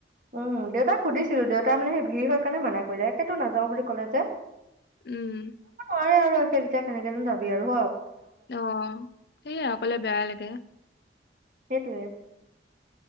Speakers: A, on the right; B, on the left.
A: উম দেউতাক সুধিছিলো দেউতা তাৰ মানে সেই ভিৰ হয় কাৰণে মানা কৰিলে সেইটো নাযাও বুলি ক'লে তে।
B: উম।
A: প আৰু একে তেতিয়া কেনেকে নো যাবি আৰু হ।
B: অ সে অকলে বেয়া লাগে।
A: সেইটোৱে।